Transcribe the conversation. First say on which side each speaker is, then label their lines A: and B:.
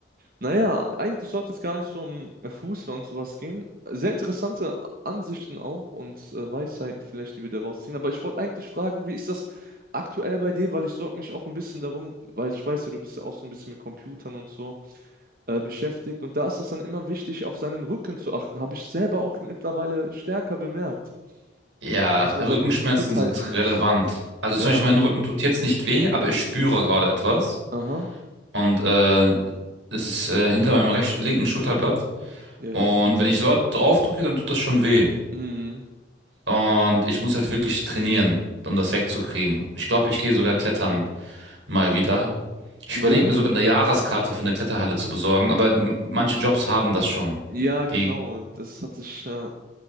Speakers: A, on the right (about 50°); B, on the right (about 85°).
A: naja, eigentlich sollte es gar nicht so um Fußball und sowas gehen. Sehr interessante Ansichten auch und äh, Weisheiten vielleicht, die wir da rausziehen. Aber ich wollte eigentlich fragen, wie ist das aktuell bei dir? Weil ich sorge mich auch ein bisschen darum, weil ich weiß, ja, du bist ja auch so ein bisschen mit Computern und so äh, beschäftigt. Und da ist es dann immer wichtig, auf seinen Rücken zu achten. Habe ich selber auch mittlerweile stärker bemerkt,
B: Ja,
A: dass man
B: Rückenschmerzen
A: seinen Rücken fit
B: sind
A: halten muss.
B: relevant. Also
A: Ja,
B: zum Beispiel mein Rücken tut jetzt nicht weh, aber ich spüre gerade etwas.
A: aha,
B: Und äh, es ist äh, hinter meinem recht, linken Schulterblatt.
A: ja.
B: Und wenn ich dort drauf drücke, dann tut das schon weh.
A: Mhm.
B: Und ich muss halt wirklich trainieren, um das wegzukriegen. Ich glaube, ich gehe sogar klettern mal wieder. Ich
A: Ja,
B: überlege mir sogar eine Jahreskarte für eine Kletterhalle zu besorgen, aber m- manche Jobs haben das schon.
A: ja, genau.
B: Die,
A: Das hatte ich. Äh,